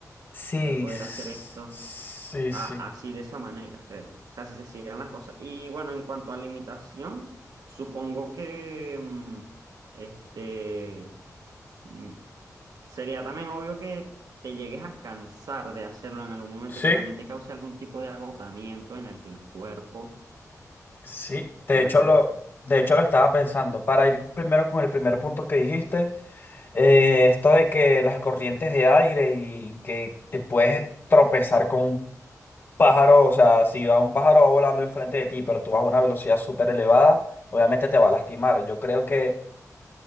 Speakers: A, on the left; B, on the right.
A: Sí,
B: el poder
A: s-
B: hacer esto
A: sí,
B: a-
A: sí.
B: así de esa manera, creo. O sea, si se siguieran las cosas. Y bueno, en cuanto a limitación, supongo que mm, este mm, sería también obvio que te llegues a cansar de hacerlo en algún momento,
A: Sí,
B: que también te cause algún tipo de agotamiento en el cuerpo
A: sí. De
B: el
A: hecho,
B: hacer
A: lo,
B: esto.
A: de hecho, lo estaba pensando. Para ir primero con el primer punto que dijiste, eh, esto de que las corrientes de aire y que te puedes tropezar con un pájaro, o sea, si va un pájaro va volando enfrente de ti, pero tú vas a una velocidad súper elevada, obviamente te va a lastimar. Yo creo que